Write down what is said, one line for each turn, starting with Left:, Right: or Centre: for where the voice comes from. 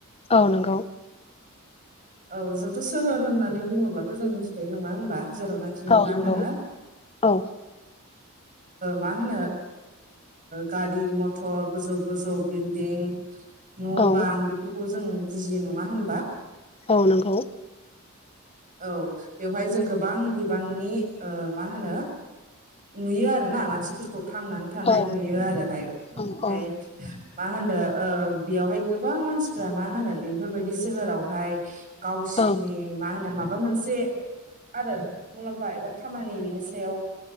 Left: औ नंगौ।
Right: औ जोंथ' सोहोर होननानै बुङोब्लाथ' जों मिथिखायो नङा होमबा जेरावनाखि
Left: औ
Right: मा
Left: नंगौ
Right: होनो
Left: औ
Right: मा होनो गारि मथर गोजौ गोजौ बिल्डिं न'
Left: औ
Right: बां बेफोरखौ जों बुजियो नङा होन
Left: औ नंगौ।
Right: औ बेवहाय जों गोबां बिबांनि मा होनो नुयो आरो ना मानसिफोरखौ थांनानै थानाय
Left: औ
Right: नुयो आरोहाय ओमफ्राय
Left: औ औ
Right: मा होनो बेयावहाय गोबां मानसि फोर मा होनो बेफोरबायदि सोहोरावहाय गावसिरनि
Left: औ
Right: मा होनो माबा मोनसे आरो मुलाम्फा एबा खामानि बिनि सायाव